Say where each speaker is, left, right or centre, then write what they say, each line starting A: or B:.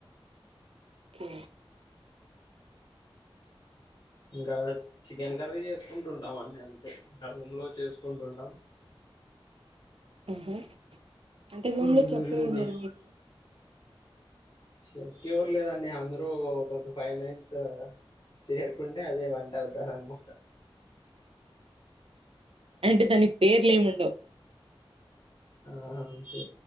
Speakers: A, on the right; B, on the left.
A: ఉ
B: ఇంకా చికెన్ కర్రీ చేస్తా చేసుకుంటుంటాం అన్నీ అంతే రూమ్ లో చేసుకుంటుంటాం
A: ఆహా అంటే రూమ్
B: ఉంది
A: లో చెప్ ఎవరు మరి మీకు
B: చఫ్ ఎవరు లేదండి అందరూ ఒకొ ఫైవ్ మినిట్స్ చేరుకుంటే అదే వంట అవుతంది అన్నమాట
A: అంటే దానికి పేర్లు ఏం ఉండవు
B: ఆహా అంతే